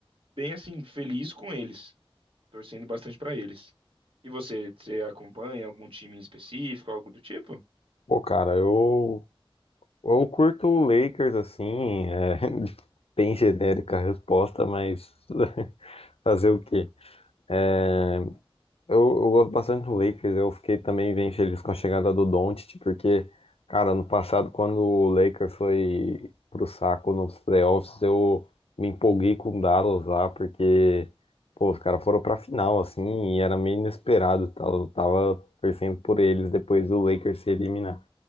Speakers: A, on the right; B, on the left.
A: bem assim, feliz com eles. Torcendo bastante para eles. E você, você acompanha algum time em específico, algo do tipo?
B: Pô, cara, eu, eu curto o Lakers, assim, é <laughs> bem genérica a resposta, mas <laughs> fazer o quê? É, Eu, eu gosto bastante do Lakers, eu fiquei também bem feliz com a chegada do Doncic, porque, cara, no passado, quando o Lakers foi pro saco nos playoffs, eu me empolguei com o Dallas lá, porque, pô, os caras foram pra final, assim, e era meio inesperado, tá? Eu tava torcendo por eles depois do Lakers se eliminar.